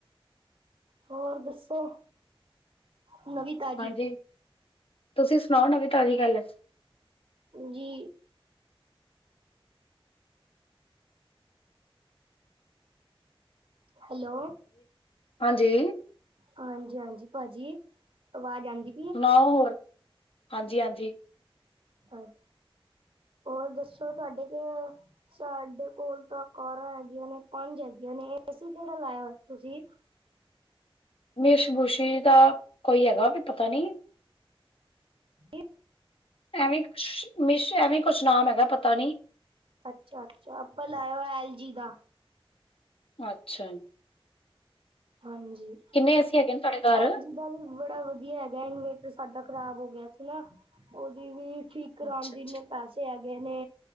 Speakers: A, on the right; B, on the left.
A: ਹੋਰ ਦੱਸੋ ਨਵੀਂ ਤਾਜ਼ੀ
B: ਹਾਂਜੀ ਤੁਸੀਂ ਸੁਣਾਓ ਨਵੀ ਤਾਜ਼ੀ ਗੱਲ।
A: ਜੀ। ਹੈਲੋ।
B: ਹਾਂਜੀ।
A: ਹਾਂਜੀ -ਹਾਂਜੀ ਭਾਜੀ ਆਵਾਜ਼ ਆਨਦੀ?
B: ਸੁਣਾਓ ਹੋਰ ਹਾਂਜੀ- ਹਾਂਜੀ।
A: ਅ ਹੋਰ ਦੱਸੋ ਤੁਹਾਡੇ ਕੋ ਸਾਡੇ ਕੋਲ ਤਾਂ ਕਾਰਾਂ ਹੈਗੀਆਂ ਨੇ ਪੰਜ ਹੈਗੀਆਂ ਨੇ ਏਸੀ ਕੇੜਾ ਲਾਇਆ ਤੁਸੀਂ?
B: ਮੇਸ਼ਮੂਸ਼ੀ ਦਾ ਕੋਈ ਹੈਗਾ ਵੀ ਪਤਾ ਨਹੀ
A: ਏਹ
B: ਐਵੇਂ ਕੁਛ ਮਿਸ਼ ਐਵੇਂ ਕੁਛ ਨਾਮ ਹੈਗਾ ਪਤਾ ਨੀ
A: ਅੱਛਾ ਅੱਛਾ ਆਪਾਂ ਲਾਇਆ ਹੋਇਆ ਅਲ ਜੀ ਦਾ।
B: ਅੱਛਾ ਜੀ।
A: ਹਾਂਜੀ।
B: ਕਿੰਨੇ ਏ ਸੀ ਹੈਗੇ ਨੇ ਤੁਹਾਡੇ ਘਰ
A: ਐਲ ਜੀ ਦਾ ਵੀ ਬੜਾ ਵਧੀਆ ਹੈਗਾ ਇਨਵੇਰਟਰ ਸਾਡਾ ਖ਼ਰਾਬ ਹੋ ਗਿਆ ਸੀ ਨਾ ਉਹਦੀ ਵੀ ਠੀਕ ਕਰਾਉਣ
B: ਅੱਛਾ
A: ਦੀ
B: ਅੱਛਾ
A: ਇਨੇ ਪੈਸੇ ਹੈਗੇ ਨੇ